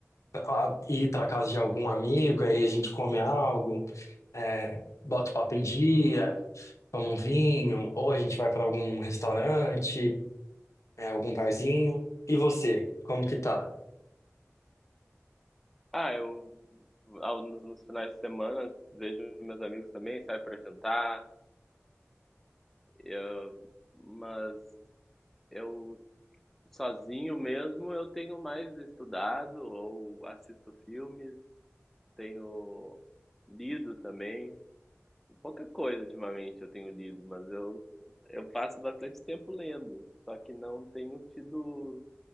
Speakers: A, on the left; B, in the centre.
A: pra ir pra casa de algum amigo, aí a gente come algo, é, bota o papo em dia. toma um vinho, ou a gente vai para algum restaurante, é, algum barzinho. E você, como que tá?
B: Ah, eu ao- nos, nos finais de semana vejo meus amigos também, saio para jantar, eu- mas eu sozinho mesmo eu tenho mais estudado ou assisto filmes, tenho lido também, pouca coisa ultimamente eu tenho lido, mas eu eu passo bastante tempo lendo, só que não tenho tido